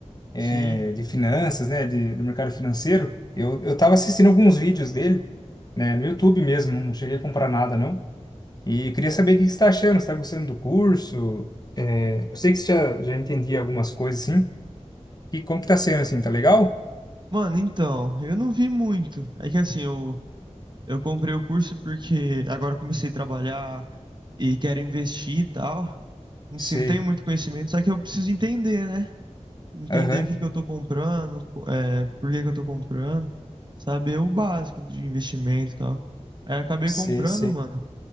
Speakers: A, on the left; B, on the right.
A: é,
B: Sim.
A: de finanças, né, de- do mercado financeiro. Eu, eu tava assistindo alguns vídeos dele, né, no YouTube mesmo, não cheguei a comprar nada, não. E queria saber o que que você tá achando, você tá gostando do curso? É, eu sei que você já, já entendia algumas coisas, assim. E como que tá sendo, assim, tá legal?
B: Mano, então, eu não vi muito. É que assim, eu, eu comprei o curso porque agora eu comecei a trabalhar e quero investir e tal. Assim,
A: Sei.
B: não tenho muito conhecimento, só que eu preciso entender, né? Entender
A: Aham,
B: o que que eu tô comprando, co- é, por que que eu tô comprando, saber o básico de investimento e tal. Aí eu acabei
A: sei,
B: comprando,
A: sei.
B: mano.